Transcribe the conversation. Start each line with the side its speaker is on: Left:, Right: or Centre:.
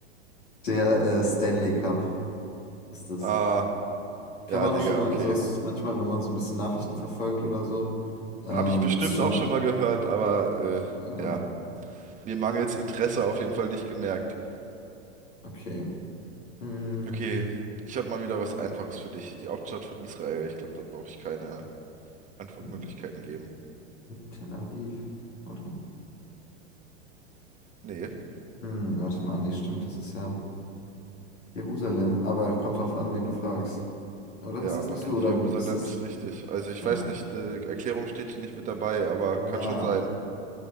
Left: Der äh, Stanley Cup ist es.
Right: Ah,
Left: Kann
Right: ja,
Left: man
Right: Digga,
Left: auch schon mal,
Right: okay.
Left: also es, manchmal, wenn man so ein bisschen Nachrichten verfolgt oder so, ähm,
Right: Habe ich bestimmt
Left: ist schon,
Right: auch schon mal gehört, aber äh,
Left: äh,
Right: ja. Mir mangels Interesse auf jeden Fall nicht gemerkt.
Left: okay. Mm,
Right: Okay, ich habe mal wieder was Einfaches für dich. Die Hauptstadt von Israel. Ich glaube, da brauche ich keine Antwortmöglichkeiten
Left: mm,
Right: geben.
Left: Tel Aviv, oder?
Right: Nee,
Left: Hm, warte mal, nee, stimmt, das ist ja Jerusalem. Aber kommt drauf an, wen du fragst. Oder
Right: ja,
Left: ist das
Right: aber
Left: nicht
Right: Ri-
Left: so? Oder
Right: Jerusalem
Left: ist das.
Right: ist richtig. Also ich
Left: Ja.
Right: weiß nicht, die Erklärung steht hier nicht mit dabei, aber
Left: Na.
Right: kann schon sein.